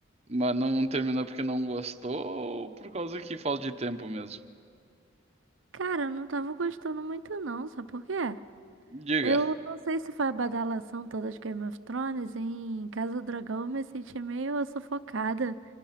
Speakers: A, on the right (about 30°); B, on the right (about 75°).
A: mas não terminou porque não gostou ou por causa que falta de tempo mesmo?
B: Cara, eu não tava gostando muito não, sabe por quê?
A: Diga.
B: Eu não sei se foi a badalação toda de Game of Thrones. Em Casa do Dragão eu me senti meio sufocada.